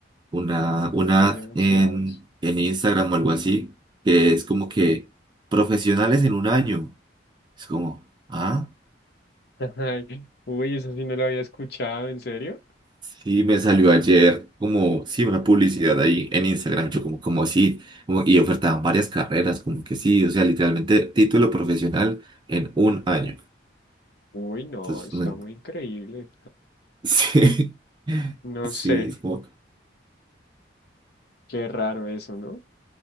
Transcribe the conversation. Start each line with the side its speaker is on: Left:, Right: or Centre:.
Right: una, una
Left: hay
Right: ad
Left: demasiados.
Right: en, en Instagram o algo así, que es como que profesionales en un año. Es como, ah,
Left: <laughs> Ay, Uy, eso sí no lo había escuchado, ¿en serio?
Right: sí, me salió ayer como, sí, una publicidad ahí en Instagram. Yo como, como sí, como, y ofertaban varias carreras, como que sí, o sea, literalmente título profesional en un año.
Left: Uy, no,
Right: Entonces,
Left: está
Right: no-
Left: muy increíble.
Right: <laughs> sí,
Left: No
Right: sí,
Left: sé,
Right: es como...
Left: qué raro eso, ¿no?